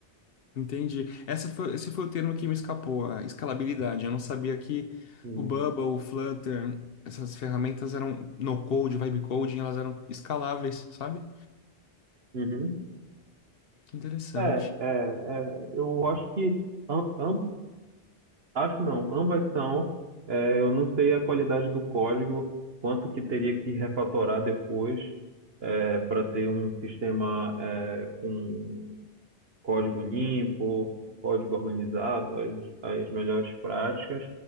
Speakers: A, on the left; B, on the right.
A: Entendi. Essa foi, esse foi o termo que me escapou, a escalabilidade. Eu não sabia que
B: com-
A: o Bubble, o Flutter, essas ferramentas eram no-code, vibe-coding, elas eram escaláveis, sabe?
B: Uhum.
A: Que interessante.
B: É, é, é, eu acho que am- Acho não, ambas são. É, eu não sei a qualidade do código, quanto que teria que refatorar depois para ter um sistema é, com código limpo, código organizado, as, as melhores práticas.